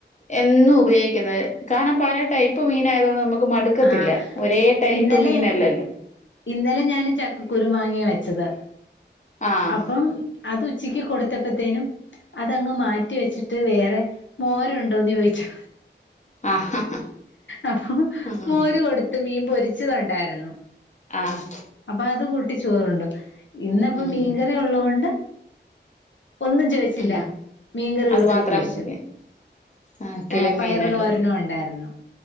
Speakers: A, on the left; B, on the left.
A: എന്നും ഉപയോഗിക്കനത് കാരണം പല ടൈപ്പ് മീനായതോണ്ട് നമ്മ ക്ക് മടുക്കത്തില്ല
B: ആഹ്
A: ഒരേ ടൈപ്പ്
B: ഇന്നലെ
A: മീനല്ലല്ലോ
B: ഇന്നലെ ഞാന് ചക്കക്കുരു മാങ്ങിയാ വെച്ചത്
A: ആഹ്
B: അപ്പം അത് ഉച്ചക്ക് കൊടുത്തപ്പോത്തേനും അതങ്ങ് മാറ്റി വെച്ചിട്ട് വേറെ മോര് ഉണ്ടോന്ന് ചോയിച്ചു
A: ആഹ്
B: അപ്പൊ
A: ഉം
B: ക്ക് കൊടുത്ത് മീൻ പൊരിച്ചതുണ്ടായിരുന്നു
A: ആഹ്
B: അപ്പൊ അത് കൂട്ടി ചോറ് ണ്ടു ഇന്ന് പ്പം
A: ഉം
B: മീൻക റി ഉള്ളകൊണ്ട് ഒന്നും ചോയ് ച്ചില്ല
A: ഉം
B: മീൻകറിട്ട്
A: അത് മാത്രം
B: കൊഴിച്ചു
A: മതി ആഹ് കിളിമീനല്ലേ
B: ഏഹ് പയർ തോരനും ഉണ്ടായിരുന്നു